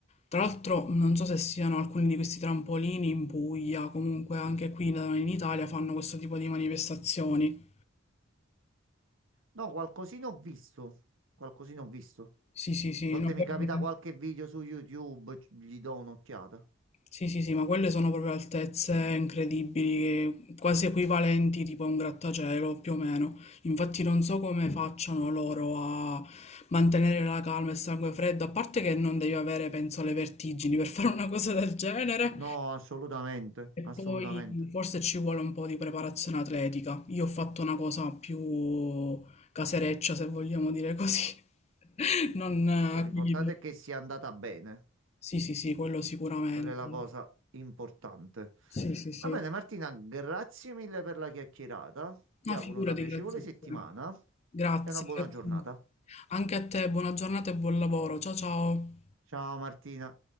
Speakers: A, on the left; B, on the right.
A: Tra l'altro non so se siano alcuni di questi trampolini in Puglia, comunque anche qui da noi in Italia fanno questo tipo di manifestazioni.
B: no, qualcosina ho visto. Qualcosina ho visto. A
A: Sì, sì, sì,
B: volte
A: no, quelle-
B: mi capita qualche video su YouTube, c- gli do un'occhiata.
A: sì, sì, sì, ma quelle sono proprio altezze incredibili, che- quasi equivalenti tipo a un grattacielo, più o meno. Infatti non so come facciano loro a mantenere la calma e il sangue freddo, a parte che non devi avere, penso, le vertigini per fare una cosa del genere.
B: No, assolutamente,
A: E
B: assolutamente.
A: poi forse ci vuole un po' di preparazione atletica. Io ho fatto una cosa più casereccia, se vogliamo dire così. <laughs> Non eh,
B: Poi L'importante
A: quelli per-
B: è che sia andata bene.
A: Sì, sì, sì, quello sicuramente.
B: Quella è la cosa importante.
A: Sì, sì, sì.
B: Va bene, Martina, grazie mille per la chiacchierata. Ti
A: No,
B: auguro
A: figurati,
B: una piacevole
A: grazie
B: settimana
A: a te. Grazie,
B: e una buona
A: grazie.
B: giornata.
A: Anche a te, buona giornata e buon lavoro. Ciao, ciao.
B: Ciao Martina.